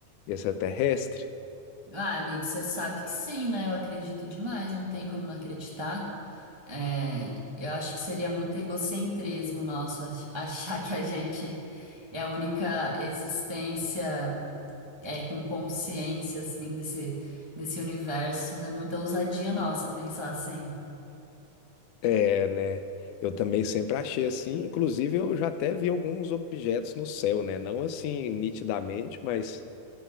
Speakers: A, on the left; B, on the right.
A: extraterrestre?
B: ah, amigo, você sabe que sim, né? Eu acredito demais, não tem como não acreditar. É, eu acho que seria muito egocentrismo nosso ach- achar que a gente é a única existência é, com consciência, assim, desse, desse universo. É muita ousadia nossa pensar assim.
A: É, né? Eu também sempre achei assim. Inclusive, eu já até vi alguns objetos no céu, né? Não assim nitidamente, mas